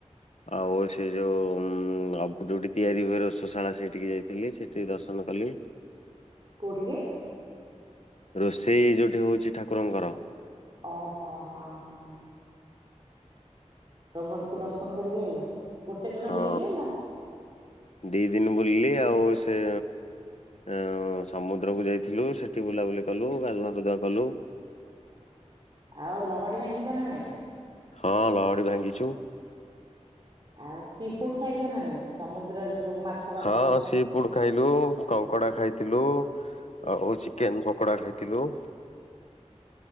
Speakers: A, on the left; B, on the right.
A: ଆଉ ସେ ଯୋଉ ଉ ଯୋଉଠି ତିଆରି ହୁଏ ରସଶାଳା ସେଇଠିକେ ଯାଇଥିଲି ସେଠୀ ସେଠି ଦର୍ଶନ କଲି।
B: କୋଉଠି କି?
A: ରୋଷେଇ ଜୋଉଠି ହେଉଛି ଠାକୁରଙ୍କର।
B: ଓହୋ ହଁ ହଁ। ସବୁ ଭଲସେ
A: ସେପଟେ
B: ଦର୍ଶନ କରିକି ଆଇଲ ଗୋଟେ ଦିନ
A: ହଁ
B: ବୁଲିକି ଆଇଲ।
A: ଦି ଦିନ ବୁଲଲିି ଆଉ ସେ ଅ ସମୁଦ୍ରକୁୁ ଯାଇଥିଲୁ ସେଠି ବୁଲାବୁଲି କଲୁ ଗାଧୁଆ ଫାଧୁଆ କଲୁ।
B: ଆଉ ଲହଡି ଭାଙ୍ଗିଛ ନା ନାଇଁ?
A: ହଁ ଲହଡ଼ି ଭାଙ୍ଗିଛୁ।
B: ଆଉ ସି ଫୁଡ ଖାଇଛ ନା ନାଇଁ ସମୁଦ୍ର ଯୋଉ ସବୁ ମାଛ? ଫାଛ
A: ହଁ ସି ପୁଡ ଖାଇଲୁ କଙ୍କଡା ଖାଇଥିଲୁ ଆଉ ଚିକେନ ପକୋଡା ଖାଇଥିଲୁ।